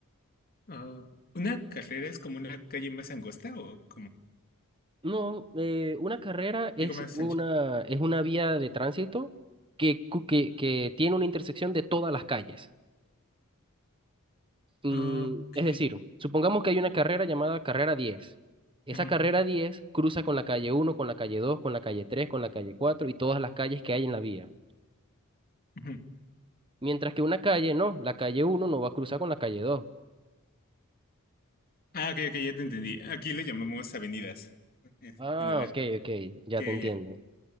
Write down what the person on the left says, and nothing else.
Ah, ¿una carrera es como una calle más angosta o como,
digo, más
ancha?
Ok.
Ujú,
ujú.
Ah, ok, ok, ya te entendí. Aquí le llamamos avenidas, eh,
en lugar.
Ya,
ya,
ya.